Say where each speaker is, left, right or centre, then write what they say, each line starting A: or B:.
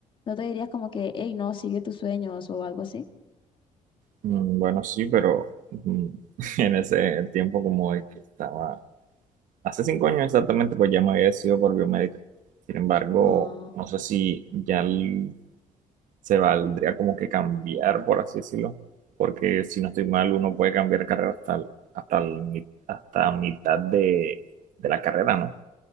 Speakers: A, on the left (about 40°); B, on the right (about 70°).
A: no te dirías como que, hey, no, sigue tus sueños o algo así.
B: Mm, Bueno, sí, pero mm, <laughs> en ese tiempo como el que estaba, hace cinco años exactamente, pues ya me había decidido por biomédica. Sin embargo,
A: Ah,
B: no sé si ya l- se valdría como que cambiar, por así decirlo, porque si no estoy mal, uno puede cambiar carrera hasta, el- hasta, el mi- hasta mitad de, de la carrera, ¿no?